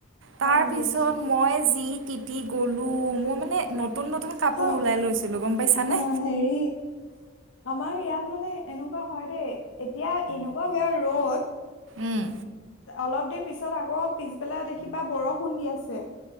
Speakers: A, on the right (about 75°); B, on the left (about 80°).
A: তাৰ
B: অ'
A: পিছত
B: বুজিছো
A: মই যি তিতি গ'লো মই মানে নতুন কাপোৰ
B: অ
A: ওলাই লৈছিলোঁ গম পাইছানে
B: অ হেৰি আমাৰ ইয়াত মানে এনেকুৱা হয় দেই এতিয়া এনেকুৱা বেয়া ৰ'দ
A: উম
B: অলপ দেৰি ত পিছত আকৌ পিছবেলা দেখিবা বৰষুণ দি আছে